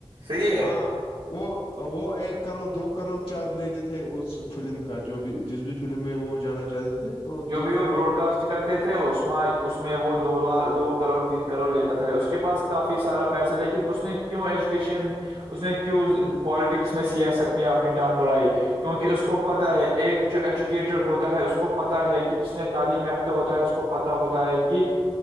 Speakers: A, on the right (about 80°); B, on the left (about 70°).
A: صحیح ہے
B: ہاں وہ وہ ایک کروڑ دو کروڑ چارج لیتے تھے اس فلم کا جو بھی جس بھی فلم میں وہ جانا چاہتے تھے تو
A: جو
B: دو
A: بھی وہ
B: کروڑ
A: براڈ کاسٹ کرتے تھے اس میں اس میں وہ دو لاکھ دو کروڑ تین کروڑ لیتا تھا اس کے پاس کافی سارا پیسہ لیکن اس نے کیوں ایجوکیشن اس نے کیوں پالیٹکس میں سیاست میں اپنی ٹانگ لڑائی کیونکہ اس کو کو پتا ہے ایک جو ایجوکیٹڈ ہوتا ہے اس کو پ پتا ہے کہ جس نے تعلیم یافتہ ہوتا ہے اس کو پت ہوتا ہے کہ